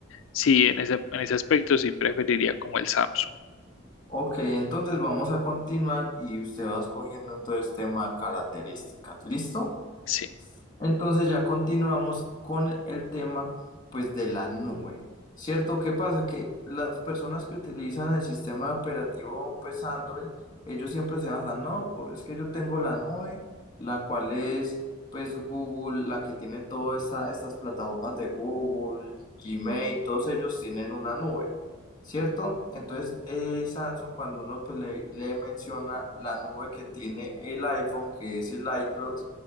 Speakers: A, on the left; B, on the left.
A: Sí, en ese, en ese aspecto sí preferiría como el Samsung.
B: Ok, entonces vamos a continuar y usted va escogiendo entonces tema características, ¿listo?
A: Sí.
B: Entonces ya continuamos con el tema pues de la nube. ¿Cierto? ¿Qué pasa? Que las personas que utilizan el sistema operativo pues Android, ellos siempre se basan, no, por- es que yo tengo la nube, la cual es pues Google, la que tiene todas esa- estas plataformas de Google, Gmail, todos ellos tienen una nube. ¿Cierto? Entonces, eh, Samsung, cuando uno pues, le, le menciona la nube que tiene el iPhone, que es el iCloud,